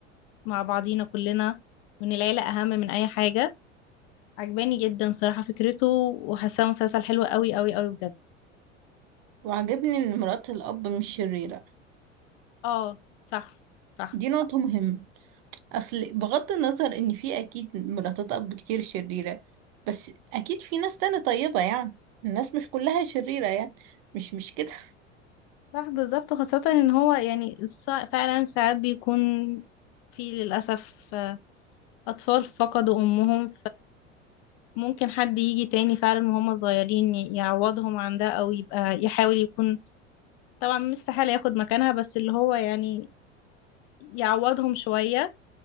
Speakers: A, on the left; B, on the right.
A: مع بعضينا كلنا وإن العيلة أهم من أي حاجة عجباني جدا صراحة فكرته وحاساه مسلسل حلو قوي قوي قوي بجد
B: وعجبني ان مرات الاب مش شريرة
A: اه صح صح
B: دي نقطة مهمة اصل بغض النظر ان في اكيد مراتات اب كتير شريرة بس اكيد في ناس تانية طيبة يعني الناس مش كلها شريرة يعني مش مش كده
A: صح بالظبط خاصة ان هو يعني الص- فعلا ساعات بيكون في للأسف آه، أطفال فقدوا أمهم فممكن حد يجي تاني فعلا وهم صغيرين ي- يعوضهم عن ده أو يبقى يحاول يكون طبعا مستحيل ياخد مكانها بس اللي هو يعني يعوضهم شوية